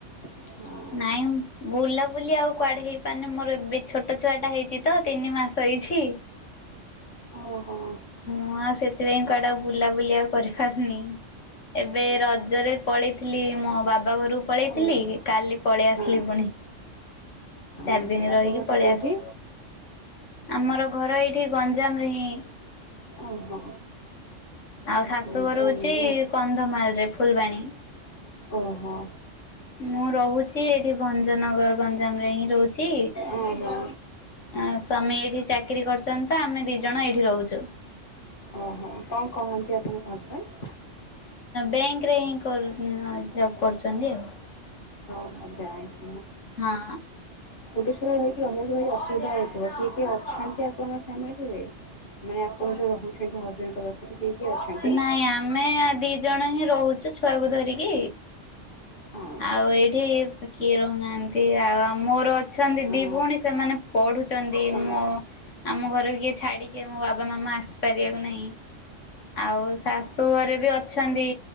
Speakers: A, on the left; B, on the left.
A: ହଁ।
B: ନାଇଁ ବୁଲାବୁଲି ଆଉ କୁଆଡେ ହେଇପାରୁନି ମୋର ଏବେ ଛୋଟ ଛୁଆ ଟା ହେଇଛି ତ ତିନି ମାସ ହେଇଛି।
A: ଓହୋ।
B: ହଁ ଆ ସେଥିପାଇଁ କୁଆଡେ ଆଉ ବୁଲାବୁଲି ଆଉ କରିପାରୁନି। ଏବେ ରଜରେ ପଳେଇଥିଲି ମୋ ବାବା ଘରକୁ ପଳେଇଥିଲି
A: ହୁଁ।
B: କାଲି ପଳେଇ
A: ହଁ
B: ଆସିଲି ପୁଣି। ଚାରି
A: ଓହୋ
B: ଦିନି
A: ଆପଣଙ୍କ
B: ରହିକି
A: ଘରଟା
B: ପଳେଇ
A: କୋଉଠି?
B: ଆସି ଆମର ଘର ଏଇଠି ଗଞ୍ଜାମରେ ହିଁ।
A: ଓହୋ।
B: ଆଉ ଶାଶୁଘର
A: ଗଞ୍ଜାମ
B: ହଉଛି
A: ନା
B: କନ୍ଧମାଳ ରେ ଫୁଲବାଣୀ।
A: ଓହୋ।
B: ମୁଁ ରହୁଛି ଏଇଠି ଭଞ୍ଜନଗର ଗଞ୍ଜାମ ରେ ହିଁ ରହୁଛି।
A: ଓହୋ।
B: ଆ ସ୍ଵାମୀ ଏଇଠି ଚାକିରି କରୁଛନ୍ତି ତ ଆମେ ଦି ଜଣ ଏଇଠି ରହୁଛୁ।
A: ଓହୋ କଣ କରନ୍ତି ଆପଣଙ୍କ ହଜେବେଣ୍ଡ?
B: ବେଙ୍କ ରେ ହିଁ କରୁ ଜବ କରୁଛନ୍ତି ଆଉ।
A: ଓ ବ୍ୟାଙ୍କ।
B: ହଁ।
A: ଗୋଟିଏ ଶୁଣା ହେଇଥିବ <unintelligible> ଅସୁବିଧା ହୋଉଥିବ କିଏ କିଏ ଅଛନ୍ତି ଆପଣଙ୍କ ଫ୍ୟାମିଲିରେ? ମାନେ ଆପଣ ଯୋଉ ରହୁଛନ୍ତି ହଜବେଣ୍ଡଙ୍କ ପାଖରେ କିଏ କିଏ ଅଛନ୍ତି?
B: ନାଇଁ ଆମେ ଦି ଜଣ ହିଁ ରହୁଛୁ ଛୁଆକୁ ଧରିକି
A: ହଁ
B: ଆଉ ଏଇଠି କିଏ ରହୁନାହାନ୍ତି ଆଉ ମୋର ଅଛନ୍ତି
A: ହଁ।
B: ଦି ଭଉଣୀ ସେମାନେ ପଢୁଛନ୍ତି
A: ହଁ
B: ମୋ ଆମ ଘର କିଏ ଛାଡ଼ିକି ମୋ ବାବା ମାମା ଆସିପାରିବାକୁ ନାହିଁ। ଆଉ ଶାଶୁ ଘରେ ବି ଅଛନ୍ତି